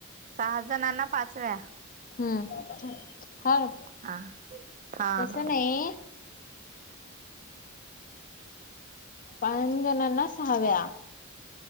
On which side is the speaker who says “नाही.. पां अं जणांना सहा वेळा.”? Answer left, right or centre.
Left